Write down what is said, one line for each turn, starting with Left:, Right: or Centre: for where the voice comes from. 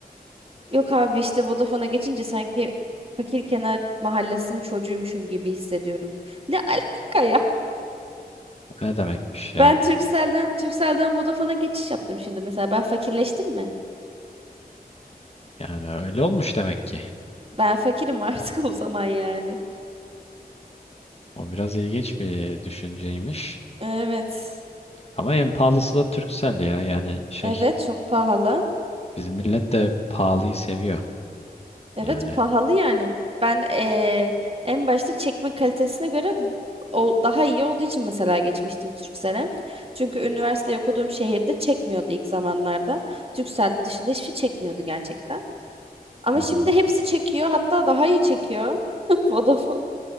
Right: Yok abi işte Vodafone'a geçince sanki fakir kenar mahallesinin çocuğuymuşum gibi hissediyorum. Ne alaka
Left: O ne demekmiş ya?
Right: Ben Turkcell'den Turkcell'den Vodafone'a geçiş yaptım şimdi mesela. Ben fakirleştim mi?
Left: Yani öyle olmuş demek ki.
Right: Ben fakirim artık <laughs> o zaman yani.
Left: O biraz ilginç bir düşünceymiş.
Right: Evet.
Left: Ama en pahalısı da Turkcell ya. Yani şey
Right: Evet çok pahalı.
Left: bizim millet de pahalıyı seviyor.
Right: Evet
Left: Yani.
Right: pahalı yani. Ben eee, en başta çekme kalitesine göre o daha iyi olduğu için mesela geçmiştim Turkcell'e. Çünkü üniversite okuduğum şehirde çekmiyordu ilk zamanlarda. Turkcell dışında hiçbir şey çekmiyordu gerçekten. Ama
Left: Hı hı.
Right: şimdi hepsi çekiyor. Hatta daha iyi çekiyor. <laughs> Vodafone.